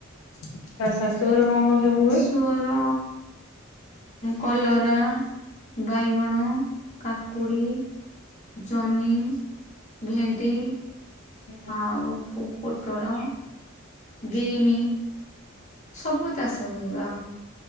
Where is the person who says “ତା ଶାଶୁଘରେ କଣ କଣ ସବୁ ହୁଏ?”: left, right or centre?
Left